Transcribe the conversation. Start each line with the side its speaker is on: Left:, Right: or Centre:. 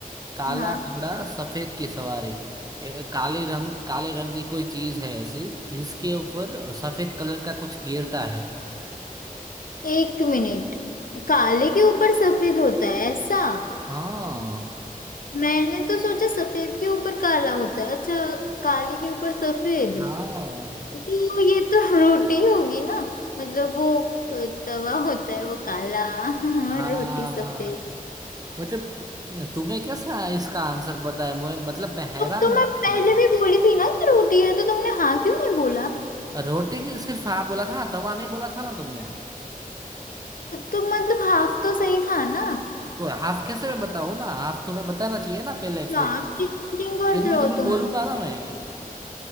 Right: काला
Left: हाँ।
Right: घोड़ा सफेद की सवारी ए, काले रंग काले रंग की कोई चीज है ऐसी जिसके ऊपर सफेद कलर का कुछ गिरता है
Left: एक मिनट काले के ऊपर सफेद होता है ऐसा
Right: हाँ
Left: मैंने तो सोचा सफेद के ऊपर काला होता है अच्छा काले के ऊपर सफेद
Right: हाँ
Left: तो ये तो <laughs> रोटी होगी ना मतलब वो अ, तवा होता है वो काला
Right: हाँ
Left: <laughs> और रोटी सफेद
Right: मतलब तुम्हें कैसा इसका आंसर पता है मुझे मतलब मैं हैरान
Left: तो, तो
Right: हूँ
Left: मैं
Right: कि
Left: पहले भी बोली थी ना कि रोटी है तो तुमने हाँ क्यों नहीं बोला
Right: रोटी सिर्फ हाँ बोला था ना तवा नहीं बोला था ना तुमने
Left: तो मतलब हाफ तो सही था ना
Right: तो हाफ कैसे मैं बताऊँ ना हाफ तुम्हें बताना चाहिए ना पहले फिर
Left: यार चीटिंग करते
Right: फिर मैं
Left: हो
Right: तुम्हें
Left: तुम
Right: बोलूंगा ना मैं